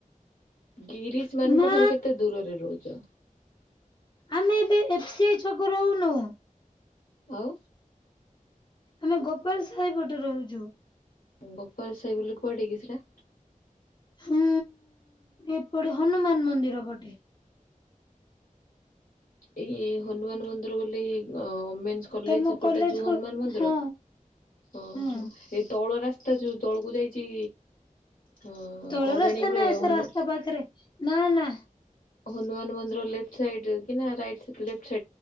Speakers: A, on the left; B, on the left.
A: ଗିରିଶ ମାନଙ୍କ
B: ନା
A: ଠାରୁ କେତେ ଦୂରରେ ରହୁଛ?
B: ଆମେ ଏବେ ଏଫ ସି ଆଇ ଛକରେ ରହୁନୁ।
A: ଆଉ।
B: ଆମେ ଗୋପାଳ ସାହି ପଟେ ରହୁଛୁ।
A: ଗୋପାଳ ସାହି ବୋଲି କୁଆଡ଼େ କି ସେଟା?
B: ହୁଁ ଏପଟେ ହନୁମାନ ମନ୍ଦିର ପଟେ।
A: ଏଇ ହନୁମାନ ମନ୍ଦିର ବୋଲି ଅ ଓମେନ୍ସ କଲେଜ
B: ତମ
A: ଏପଟେ ଯୋଉ
B: କୁ
A: ହନୁମାନ ମନ୍ଦିର
B: ହଁ
A: ଓହୋ
B: ହୁଁ।
A: ହେଇ ତଳ ରା ତା ଯଉ ତଳକୁ ଯାଇଛି। ହଁ
B: ତଳ
A: ଗଡାଣି
B: ରାସ୍ତା
A: ଗୁଡେ
B: ନାଇ ସେ
A: ହନୁ
B: ରାସ୍ତା ପାଖରେ ନା ନା।
A: ହନୁମାନ ମନ୍ଦିର ଲେଫ୍ଟ ସାଇଡ଼ କି ନା ରାଇଟ ସେ ପ ଲେ୍